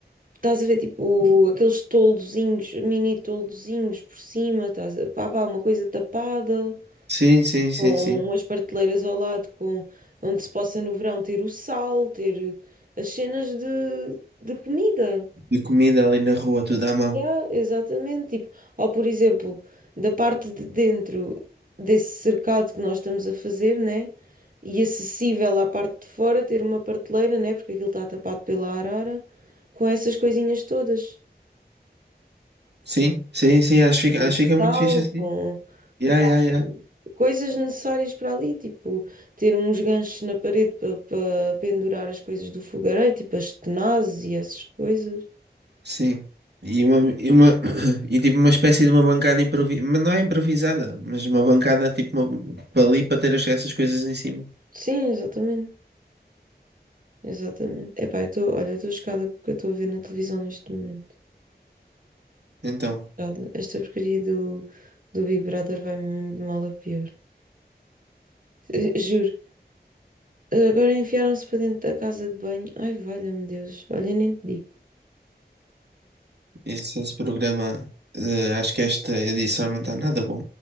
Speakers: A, on the right (about 50°); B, on the right (about 75°).
A: Estás a ver, tipo, aqueles toldozinhos, mini toldozinhos por cima, estás a... pá, pá, uma coisa tapada,
B: Sim, sim, sim,
A: com
B: sim.
A: umas prateleiras ao lado, com... onde se possa no verão ter o sal, ter as cenas de, de comida.
B: De comida ali na rua, tudo à mão.
A: Yeah, exatamente. Tipo, ou por exemplo, da parte de dentro desse cercado que nós estamos a fazer, né? E acessível à parte de fora, ter uma prateleira, né? Porque aquilo está tapado pela arara, com essas coisinhas todas,
B: Sim, sim, sim, acho que fica,
A: com
B: acho que fica
A: sal,
B: muito fixe assim.
A: com
B: Yeah,
A: epá,
B: yeah, yeah.
A: coisas necessárias para ali, tipo, ter uns ganchos na parede para pendurar as coisas do fogareiro, tipo as tenazes e essas coisas.
B: Sim. E uma, e uma, <clears throat> e tipo uma espécie de uma bancada improvisada, mas não é improvisada, mas uma bancada tipo uma- para ali para ter as- essas coisas em cima.
A: Sim, exatamente. Exatamente. Epá, eu estou, olha, eu estou chocada com o que eu estou a ver na televisão neste momento.
B: Então,
A: Chocada. Esta porcaria do, do Big Brother vai mesmo de mal a pior. <laughs> Eh, Juro. Agora enfiaram-se para dentro da casa de banho. Ai, valha-me Deus. Olha, nem te digo.
B: esse, esse programa, eh, acho que esta edição não está nada bom.